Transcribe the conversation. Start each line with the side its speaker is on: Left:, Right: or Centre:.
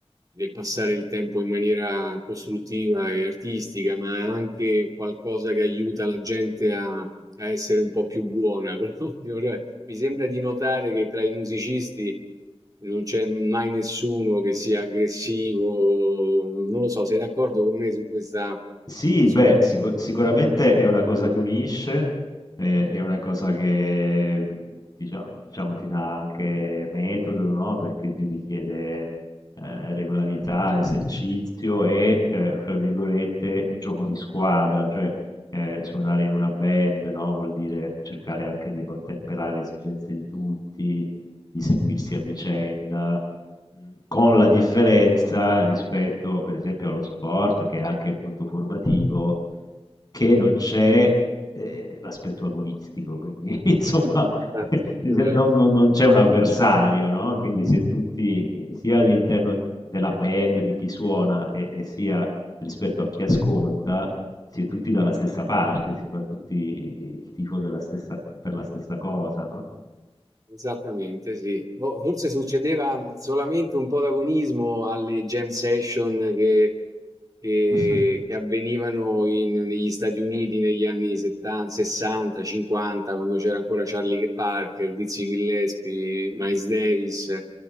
Right: del passare il tempo in maniera costruttiva e artistica, ma è anche qualcosa che aiuta la gente a, a essere un po' più buona, <laughs> proprio. Cioè, mi sembra di notare che tra i musicisti non c'è mai nessuno che sia aggressivo. Non lo so, sei d'accordo con me su questa...
Left: Sì,
Right: Su...
Left: beh, sicu- sicuramente è una cosa che unisce, eh, è una cosa che diciamo, diciamo, ti dà anche metodo, no? Perché ti richiede eh, regolarità, esercizio e, eh, fra virgolette, gioco di squadra, cioè eh, suonare in una band, no? Vuol dire cercare anche di contemperare le esigenze di tutti, di seguirsi a vicenda Mh, con la differenza rispetto, per esempio, allo sport che è anche molto formativo, che non c'è, ehm, l'aspetto agonistico, quindi <laughs> insomma
Right: Esatto,
Left: <laughs> non
Right: esatto.
Left: non non non c'è un avversario, no, quindi se tutti, ehm, sia all'interno della band di chi suona e e sia rispetto a chi ascolta, si è tutti dalla stessa parte, si fa tutti il tifo della stessa per la stessa cosa, no?
Right: Esattamente, sì. Boh, forse succedeva solamente un po' d'agonismo alle jam session che, che-
Left: <laughs>
Right: che avvenivano in- negli Stati Uniti negli anni 70, 60, 50, quando c'era ancora Charlie Parker, Dizzy Gillespie, Miles Davis.